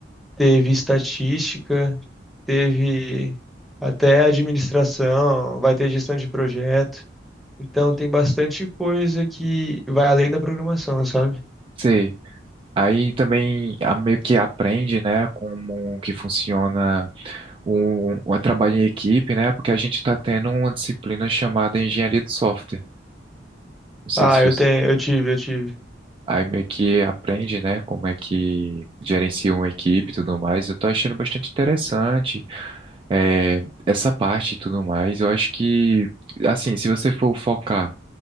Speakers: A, in the centre; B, on the right.
A: teve estatística, teve até administração, vai ter gestão de projeto. Então tem bastante coisa que vai além da programação, sabe?
B: Sei. Aí também a- meio que aprende, né, como que funciona o, o trabalho em equipe, né, porque a gente está tendo uma disciplina chamada Engenharia de Software. Não sei
A: Ah,
B: se
A: eu
B: você...
A: tenho, eu tive, eu tive.
B: Aí meio que aprende, né, como é que gerencia uma equipe e tudo mais. Eu tô achando bastante interessante, é, essa parte e tudo mais. Eu acho que, assim, se você for focar